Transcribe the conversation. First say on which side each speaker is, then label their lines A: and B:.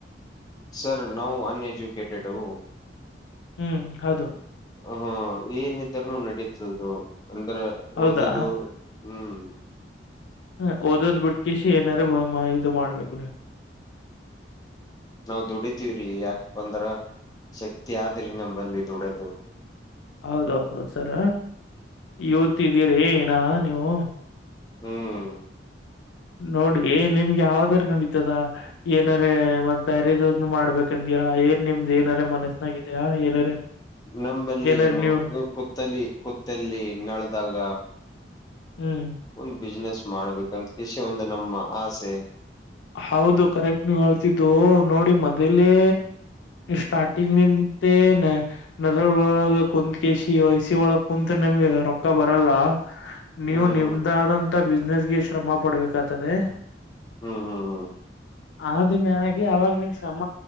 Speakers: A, on the left (about 20°); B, on the left (about 85°).
A: ಸರ್ ನಾವು ಅನ್ಎಜುಕೇಟೆಡ್ ಹ
B: ಹ್ಮ್ ಹೌದು
A: ಹಾ ಏನಿದ್ದ್ೂ ನಡೀತದು ಅಂದ್ರೆ
B: ಹೌದಾ
A: ಓದದು ಹ್ಮ್
B: ಹ ಓದದ್ ಬಿಟ್ಕಿಸಿ ಏನಾರ ಇದು ಮಾಡ್ಬೇಕು ನೀವು
A: ನಾವವು ದುಡಿತೀವ್ರಿ ಯಾಕ ಬಂದ್ರ ಶಕ್ತಿ ಆದ್ರಿ ನಂಬಲ್ಲಿ ದದುಡದು
B: ಹೌದೌದೌದು ಸರ ಇವತ್ಿದ್ದೀರಿ ಏನ ನೀವು
A: ಹ್ಮ್
B: ನೋಡ ಏ ನಿಮ್ಗೆ ಯಾವ್ದಾರ ನಡತದ ಏನಾರ ಮತ್ ಬೇರೆನು ಮಾಡ್ಬೇಕಂದ ರಾ ಏನ್ ನಿಮ್ದ್ ಏನಾರ ಮನಸ್ಸನಾಗಿದ್ಯಾ ಏನಾರ
A: ನಂಬಲ್ಲಿ
B: ಏನಾರ
A: ಏನು
B: ನೀವು
A: ಕುತ್ತಲ್ಲಿ ಕುತ್ತಲ್ಲಿ ನಳದಾಗ
B: ಹ್ಮ್
A: ಒಂದ್ ಬಿಸ್ನೆಸ್ ಮಾಡ್ಬೇಕಂತ ಕಷಿ ಒಂದು ನಮ್ಮ ಆಸೆ
B: ಹೌದು ಕರೆಕ್ಟ್ ನೀವ ಹೇಳ್ತಿದ್ದು ನೋಡಿ ಮದಲೇ ಸ್ಟಾರ್ಟಿಂಗ್ ನಿಿಂದ ಮತ್ತೆ ನೆದ ಒಳೊಳ ಕುತ್ ಕಿಸಿಿ ವಸ ಒಳಗ್ ಕುೂಂತ ನಿಮಗೆ ರೊಕ್ಕ ಬರಲ್ಲ ನೀವು
A: ಹ್ಮ್
B: ನಿಮ್ದಾದಂತ ಬಿಸ್ನೆೆಸ್ಗೆ ಶ್ರಮ ಪಡ್ಬೇಕಾಗ್ತದೆ
A: ಹ್ಮ್ ಹ್ಮ್ ಹ್ಮ್
B: ಆದದು ಮ ಅವಾಗ ನೀವು್ ಶ್ರಮ